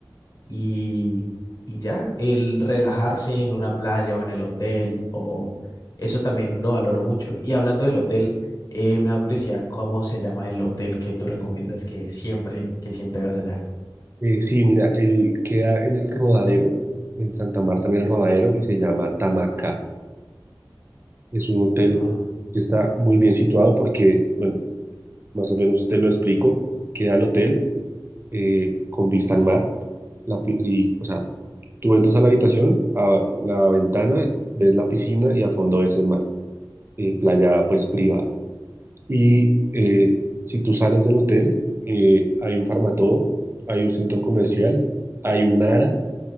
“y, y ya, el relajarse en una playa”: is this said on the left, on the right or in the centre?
Left